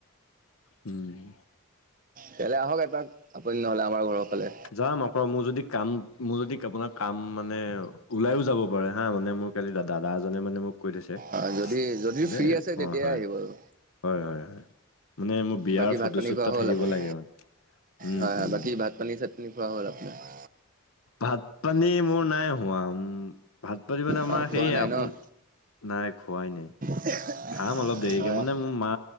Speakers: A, on the left (about 75°); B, on the right (about 40°).
A: উম।
B: ইয়ালে আহক এপাক আপুনি নহ'লে আমাৰ ঘৰৰ ফালে।
A: যাম আকৌ মোৰ যদি কাম মোৰ যদি আপোনাৰ কাম মানে ওলাইও যাব পাৰে হা মানে মোৰ কালি দাদা এজনে মানে মোক কৈ থৈছে
B: অ যদি যদি
A: মানে
B: ফ্ৰী আছে তেতিয়াই
A: অ হয়
B: আহিব আৰু।
A: হয় হয় হয়, মানে মোৰ বিয়াৰ
B: বাকী ভাত
A: ফটোশ্বুট
B: পানী খোৱা
A: এটাত
B: হ'ল
A: থাকিব
B: আপুনি
A: লাগে মানে, উম
B: হয় হয়
A: উম।
B: বাকী ভাত পানী চাটনি খোৱা হ'ল আপোনাৰ?
A: ভাত পানী মোৰ নাই উয়া আম উম উ উ উ, ভাত পাতি মানে আমাৰ
B: অ' খোৱা
A: সেয়ে
B: নাই
A: আপ
B: ন'
A: নাই খোৱাই নাই।
B: <unintelligible>
A: খাম অলপ দেৰিকে
B: অ'
A: মানে মোৰ মা